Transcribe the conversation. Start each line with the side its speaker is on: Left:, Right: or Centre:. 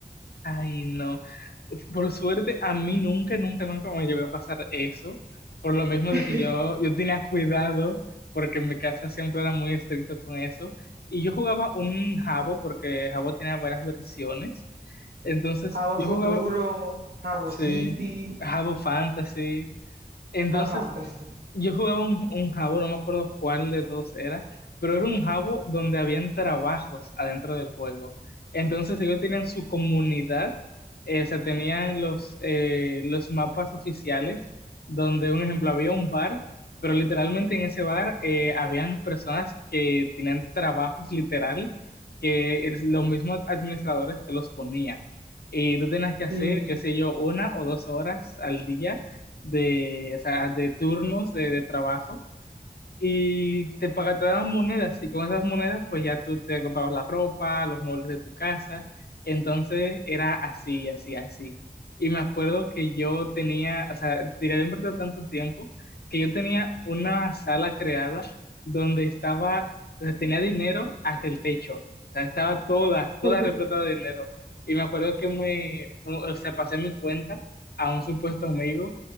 Left: Ay, no. Por suerte, a mí nunca, nunca, nunca me llegó a pasar eso. Por lo mismo
Right: <laughs>
Left: de que yo, yo tenía cuidado, porque en mi casa siempre era muy estricto con eso. Y yo jugaba un jabo, porque jabo tenía varias versiones. Entonces,
Right: Jabo
Left: yo
Right: Futuro,
Left: jugaba,
Right: Jabo
Left: sí,
Right: City,
Left: jabo fantasy. Entonces,
Right: Jabo Fantasy.
Left: yo jugaba un, un jabo, no me acuerdo cuál de todos era, pero era un jabo donde habían trabajos adentro del juego. Entonces ellos tenían su comunidad, eh, o sea, tenían los, eh, los mapas oficiales, donde, un ejemplo, había un bar, pero literalmente en ese bar eh, habían personas que tenían trabajos literal, que el- los mismos administradores te los ponían. Y tú tenías que hacer,
Right: Sí,
Left: qué sé yo, una o dos horas al día de, o sea, de turnos de, de trabajo y te pagaban, te daban monedas y con esas monedas pues ya tú te comprabas la ropa, los muebles de tu casa. Entonces era así, así, así. Y me acuerdo que yo tenía, o sea, tiré había invertido tanto tiempo que yo tenía una sala creada donde estaba, donde tenía dinero hasta el techo. O sea, estaba toda, toda
Right: <laughs>
Left: repleta de dinero. Y me acuerdo que me, o sea, pasé mi cuenta a un supuesto amigo